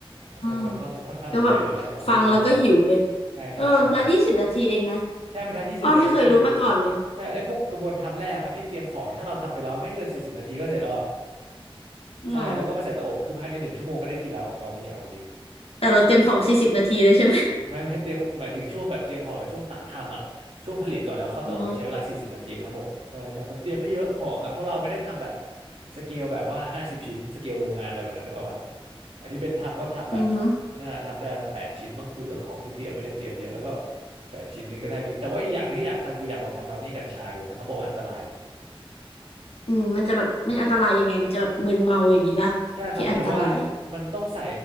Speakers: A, on the right; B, on the left.
A: เออก็ก็ก็ค่อนข้างรู้เยอะอยู่นะเราก็รู้เยอะอยู่แล้ว
B: มก็แบบฟังแล้วก็หิวเลย
A: ใช่ใช่ใช่
B: เออแล้วยี่สิบนาทีเองนะ
A: ใช่มันทำยี่สิบนาทีเองข้อดี
B: อ้อไม่เคยรู้มาก่อนเลย
A: ใช่ไอ้พวกกระบวนทำแรกครับที่เตรียมของถ้าเราทำไปแล้วไม่เกินสี่สิบนาทีก็เสร็จอ้อใช่แล้วก็มาใส่เตาอบคือภายในหนึ่งชั่วโมงก็ได้กินแล้วบราวนี่เอาจริง
B: หรอแต่เราเต็มของสี่สิบนาทีเลยใช่ไหม
A: ไม่ไม่เตรียมหมายถึงช่วงแบบเตรียมของและช่วงตัดทำอ่ะช่วงผลิตก่อนเราเข้าเตาอบมันใช้เวลาสี่สิบนาทีเองทั้งหมดใช่ใช่มันเตรียมไม่เยอะของอ่ะเพราะเราไม่ได้ทำแบบ
B: อ๋อ
A: สเกลแบบว่าห้าสิบชิ้นสเกลโรงงานอะไรแบบนั้นนึกออกปะอันนี้เบนทำก็ทำแบบ
B: อือหือ
A: น่าทำได้มันแปดชิ้นมั้งดูจากของที่เตรียมไม่ได้เตรียมเยอะแล้วก็แปดชิ้นนี้ก็น่ากินแต่ว่าอีกอย่างหนึงที่อยากทำคืออยากลองทำบราวนี่กัญชาดูแต่เขาบอกว่าอันตราย
B: อืมมันจะแบบมันอันตรายยังไงมันจะแบบมึนเมาอย่างนี้ป่ะที่อันตราย
A: ใช่ครับเหมือนว่ามันต้องใส่